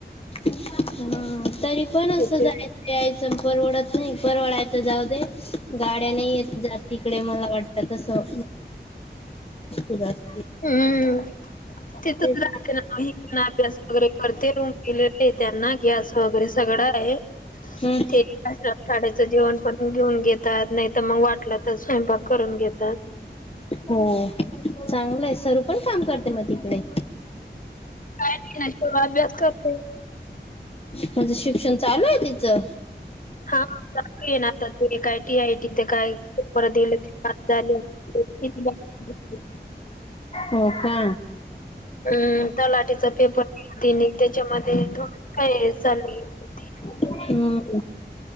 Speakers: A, on the left; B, on the left.
A: ह तरी पण असं
B: त्याच्या
A: जायचं यायचं परवडत परवडायचं जाऊ दे गाड्या नाही येत जात तिकडे मला वाट त्या तसं <inaudible>
B: हम्म तिथच
A: तेच
B: राहते ना अभ्यास वगैरे करते र <unintelligible> दिलेले आहे त्यांना गॅस वगैरे सगळं आहे.
A: हम्म.
B: ते शाळेचं जेवण बनवून घेऊन घेतात नाही तर मग वाटलं तर स्वयंपाक करून घेतात.
A: हो चांगलंय सरू पण काम करते मग तिकडे.
B: काय नाही ना ते अभ्यास करते.
A: म्हणजे शिक्षण चालू आहे तिचं?
B: हा चालू आहे ना काय टी आय टी ते काय परत गेली ते झाले किती
A: हो का
B: हम तलाठीचा पेपर त्याच्यामध्ये थोड का चालू आहे हो <inaudible>
A: हम्म